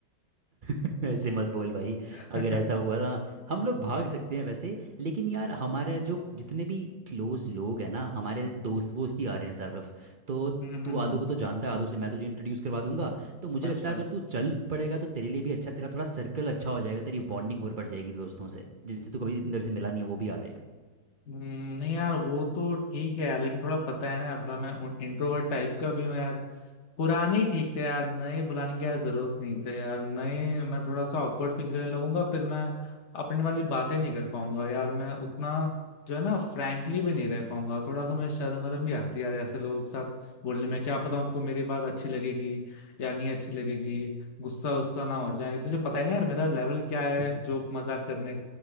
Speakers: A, on the right (about 55°); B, on the left (about 50°).
A: <laughs> ऐसे मत बोल भाई
B: <laughs> हम्म
A: अगर ऐसा हुआ ना हम लोग भाग सकते हैं वैसे लेकिन यार हमारे जो जितने भी क्लोज लोग हैं ना हमारे दोस्त वोस्त ही आ रहे हैं सरफ तो
B: हम्म हम्म।
A: तू आदू को तो जानता है आदू से मैं तुझे इंट्रोड्यूस करवा दूंगा तो मुझे
B: अच्छा
A: लगता है अगर तू चल पड़ेगा तो तेरे लिए भी अच्छा तेरा थोड़ा सर्कल अच्छा हो जाएगा तेरी बॉन्डिंग और बढ़ जाएगी दोस्तों से जिनसे तू कभी इतनी
B: हम्म।
A: देर से मिला नहीं है वो भी आ रहे
B: हम्म, नहीं यार वो तो ठीक है यार लेकिन थोड़ा पता है ना यार थोड़ा मैं इंट्रोवर्ट टाइप का भी हूँ यार पुराने ही ठीक थे यार नए बुलाने की यार जरूरत नहीं थे यार नए मैं थोड़ा सा ऑकवर्ड फील करने लगूंगा फिर मैं अपनी वाली बातें नहीं कर पाऊंगा यार मैं उतना जो है ना फ्रैंकली भी नहीं रह पाऊंगा थोड़ा सा मुझे शर्म वरम भी आती है यार ऐसे लोगों के साथ बोलने में क्या पता उनको मेरी बात अच्छी लगेगी या नहीं अच्छी लगेगी गुस्सा वुस्सा ना हो जाए तुझे पता ही ना यार मेरा लेवल क्या है
A: हैं
B: जोक मजाक करने